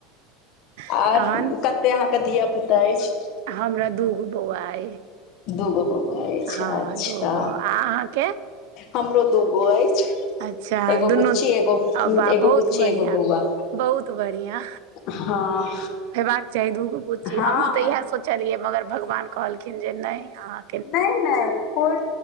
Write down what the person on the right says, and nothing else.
तहन
हमरा दूगो बौआ अइ
हँ
दूगो आ अहाँके
अच्छा
दुनू
वाह
बहुत
बढ़िआँ
बहुत बढ़िया
होेबाक चाही दूगो पु
हमहहुँ तऽ इएह सोच चलियै मगर भगवान कहलखिन जे नय अहाँ